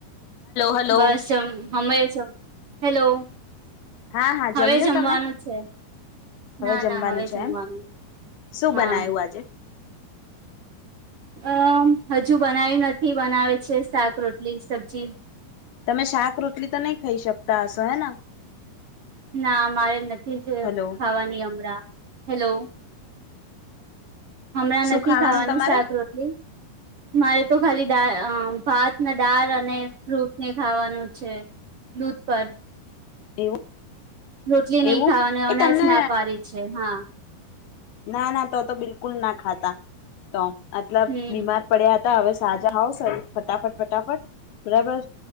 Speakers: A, on the left (about 75°); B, on the right (about 55°).
A: હલો
B: બસ હમે છ હેલો
A: હા હા
B: હવે
A: જમ્યું
B: જમવાનું
A: તમે
B: છે ના
A: જમવાનું
B: ના હવે
A: છે
B: જમવા
A: એમ
B: ની
A: શું
B: હા
A: બનાયું આજે
B: અમ હજુ બનાયું નથી બનાવે છે શાક રોટલી સબ્જી
A: તમે શાક રોટલી તો નહી ખાઈ શકતા હશો હે ન
B: ના મારે નથી જ
A: હલો
B: ખાવાની હમરાં હેલો હમણાં
A: શું
B: નથી
A: ખાવાનું
B: ખાવાની
A: તમારે
B: શાક રોટલી મારે તો ખાલી દા ભાત ના દાળ અને ફ્રૂટ ને ખાવાનું છે દૂધ પર
A: એવું
B: રોટલી નહ
A: એવું
B: ખાવાનું
A: એ
B: એનાં
A: તમને
B: જ ના પડી છે હા
A: ના ના તો તો બિલકુલ ના ખાતા તો મતલબ
B: હમ
A: બીમાર પડ્યા હતા હવે સાજા હોવ ફટાફટ ફટાફટ બરાબર